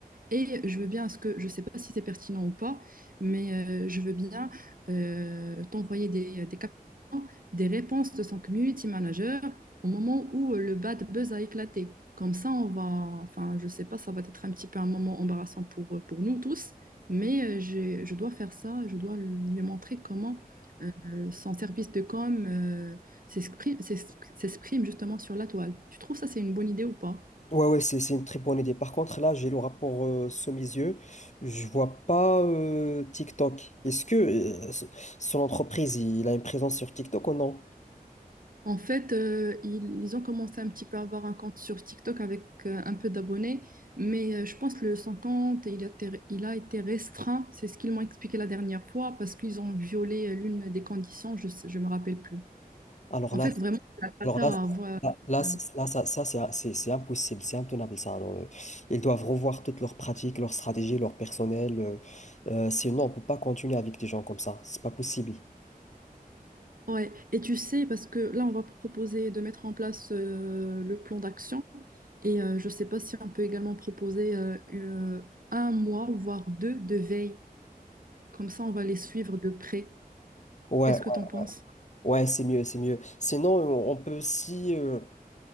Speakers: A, on the right (about 65°); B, on the left (about 50°).
A: et je veux bien, à ce que je ne sais pas si c'est pertinent ou pas, mais euh, je veux bien euh, t'envoyer des, des captions, des réponses de son community manager au moment où euh, le bad buzz a éclaté. Comme ça, on va, enfin, je ne sais pas, ça va être un petit peu un moment embarrassant pour, euh, pour nous tous, mais euh, j'ai- je dois faire ça, je dois lui montrer comment euh, son service de com euh, s'exprime s'ex- s'exprime justement sur la toile. Tu trouves ça, c'est une bonne idée ou pas?
B: Ouais, ouais, c'est c'est une très bonne idée. Par contre, là, j'ai le rapport euh, sous mes yeux. Je vois pas euh, TikTok. Est-ce que euh, ce- son entreprise, il a une présence sur TikTok ou non?
A: En fait, euh, ils, ils ont commencé un petit peu à avoir un compte sur TikTok avec euh, un peu d'abonnés, mais euh, je pense que le son compte, il a été, il a été restreint. C'est ce qu'ils m'ont expliqué la dernière fois parce qu'ils ont violé euh, l'une des conditions, je ne me rappelle plus.
B: Alors
A: En
B: là,
A: fait, vraiment, c'est la
B: alors
A: cata
B: là,
A: à avoir.
B: là, là,
A: euh,
B: c- là, ça, ça, c'est c'est- c'est impossible, c'est intenable ça. Alors, euh, ils doivent revoir toutes leurs pratiques, leurs stratégies, leur personnel. euh, euh, sinon, on peut pas continuer avec des gens comme ça. C'est pas possible.
A: Ouais. Et tu sais, parce que là, on va proposer de mettre en place euh, le plan d'action. Et euh, je ne sais pas si on peut également proposer euh, euh, un mois, voire deux, de veille. Comme ça, on va les suivre de près.
B: Ouais,
A: Qu'est-ce que t'en penses?
B: ouais, c'est mieux, c'est mieux. Sinon, on on peut aussi. euh,